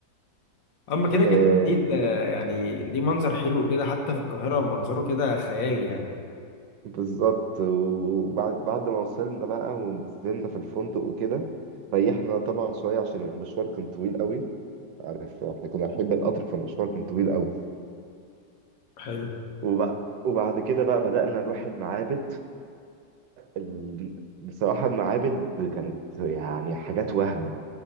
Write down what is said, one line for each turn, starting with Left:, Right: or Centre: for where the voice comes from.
Left: اما كده
Right: آه
Left: كده النيل آه، يعني ليه منظر حلو كده حتى في القاهرة منظره كده خيالي يعني
Right: بالظبط وبعد بعد ما وصلنا بقى ونزلنا في الفندق وكده ريحنا طبعا شوية عشان المشوار كان طويل قوي عارف احنا كنا بنحب القطر فالمشوار كان طويل قوي
Left: حلو
Right: وبع- وبعد كده بقى بدأنا نروح المعابد ال- بصراحة المعابد كانت يعني حاجات وهم